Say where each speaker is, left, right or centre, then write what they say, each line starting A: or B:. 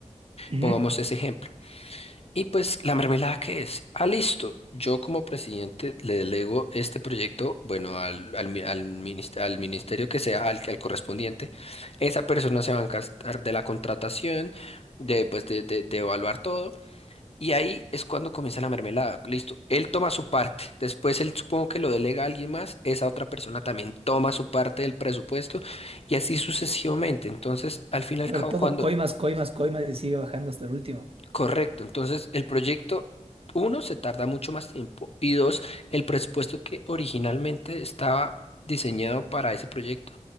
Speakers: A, on the right; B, on the left.
A: Ujú.
B: Pongamos ese ejemplo. Y pues la mermelada qué es, ah, listo, yo como presidente le delego este proyecto, bueno, al, al, mi- al minist- al ministerio que sea, al, al correspondiente, esa persona se va a encargar de la contratación, de, pues, de, de, de evaluar todo, y ahí es cuando comienza la mermelada, listo, él toma su parte, después él supongo que lo delega a alguien más, esa otra persona también toma su parte del presupuesto, y así sucesivamente, entonces al fin y al
A: Pero
B: cabo
A: todo
B: cuando
A: coimas, coimas, coimas y sigue bajando hasta el último.
B: Correcto, entonces el proyecto, uno, se tarda mucho más tiempo y dos, el presupuesto que originalmente estaba diseñado para ese proyecto